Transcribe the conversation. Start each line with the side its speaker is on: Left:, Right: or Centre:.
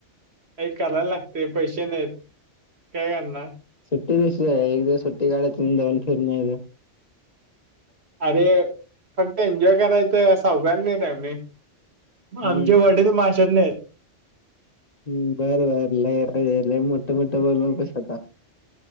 Right: व्हय करायला लागत पैसे नाहीत काय करणार
Left: सुट्टी दिवशी जायच एक दिवस सुट्टी काढायच जाऊन फिर यायचं
Right: अरे फक्त एन्जॉय करायचंय सावकार नाही रे आम्ही
Left: हम्म
Right: आमचे वडील <unintelligible> नाहीत
Left: हम् बरं बर लय लय मोठं मोठं बोलू नकोस आता